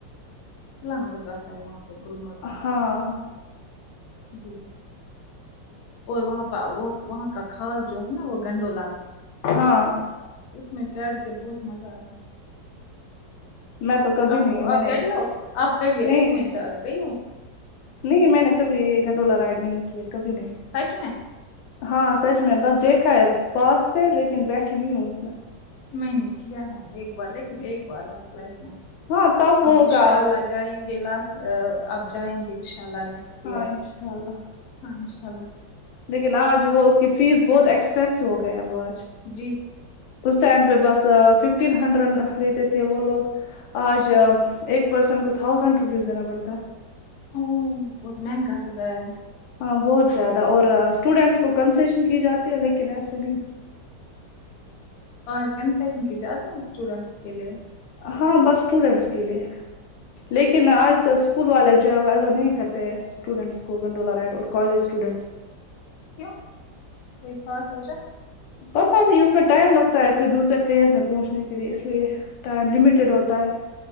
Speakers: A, on the left; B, on the left.
A: سون مرگ ہوتا ہے وہاں پہ گلمرگ میں
B: ہاں
A: جی اور وہاں پ وہ وہاں کا خاص جو ہے نا وہ گنڈولا
B: ہاں
A: اس میں چڑھ کے بہت مزہ آتا ہے
B: میں تو کبھی
A: آپ
B: نہیں
A: کو
B: میں
A: آپ
B: نے
A: چڑھی ہو آپ کبھی
B: نہیں
A: اس میں جا گئی ہو
B: نہیں میں نے کبھی گنڈولہ رائڈ نہیں کیا کبھی نہیں
A: سچ میں
B: ہاں سچ میں بس دیکھا ہے پاس سے لیکن بیٹھی نہیں ہوں اس میں
A: میں نے کیا ہے ایک بار لیکن ایک بار بس لائف میں
B: ہاں تب ہوگا
A: اب انشاء اللہ جائیں گے لاسٹ اب جائیں گے انشاء اللہ نیکسٹ ایئر
B: ہاں انشاء اللہ
A: ہاں انشاء اللہ
B: لیکن آج وہ اس کی فیس بہت ایکسپینسو ہو گیا ہے وہ آج
A: جی
B: اس ٹائم پہ بس ففٹین ہنڈریڈ لیتے تھے وہ لوگ آج ایک پرسن کو تھاؤزینڈ روپیز دینا پڑتا ہے
A: امم بہت مہنگا ہوگیا ہے
B: ہاں بہت زیادہ اور اسٹوڈینٹس کو کنسیشن کی جاتی ہے لیکن ایسے نہیں
A: اور کنسیشن کی جاتی اسٹوڈنٹس کے لیے
B: ہاں بس اسٹوڈنٹس کے لیے لیکن آج کل اسکول والے جو ہے والو نہیں کرت ہے اسٹوڈنٹس کو گنڈولا راںیڈ اور کالج اسٹوڈنٹس
A: کیوں کوئی خاص وجہ
B: پتہ بھی اس میں ٹائم لگتا ہے پھر دوسرے فیز میں پہنچنے کے لیے اس لیے ٹائم لمیٹیڈ ہوتا ہے